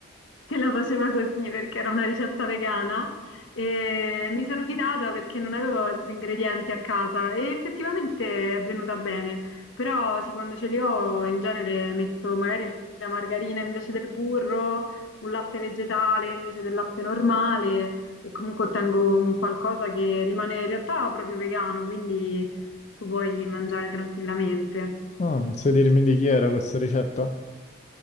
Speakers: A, on the left; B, on the left.
A: che la faceva così perché era una ricetta vegana e mi sono fidata perché non avevo altri ingredienti a casa e effettivamente è venuta bene. Però sì, quando ce li ho in genere metto magari la margarina invece del burro, un latte vegetale invece del latte normale e comunque ottengo un qualcosa che rimane in realtà proprio vegano, quindi tu puoi mangiare tranquillamente.
B: Ah, sai dirmi di chi era questa ricetta?